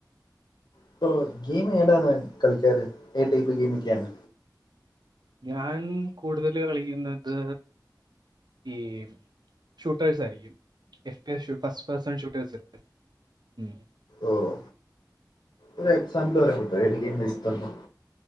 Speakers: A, on the left; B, on the right.
A: ഇപ്പോ ഗെയിം ഏതാണ് കളിക്കാറ് ഏത് ടൈപ്പ് ഗെയിമൊക്കെയാണ്.
B: ഞാൻ കൂടുതല് കളിക്കുന്നത് ഈ ഷൂട്ടേഴ്സായിരിക്കും. എഫ് റ്റ് ഷൂ പാസ് പാസൺ ഷൂട്ടേഴസ് ഉം
A: ഓഹ് ഒരു എക്സാമ്പിൾ പറയാൻ പറ്റോ ഏത് ഗെയിം <unintelligible>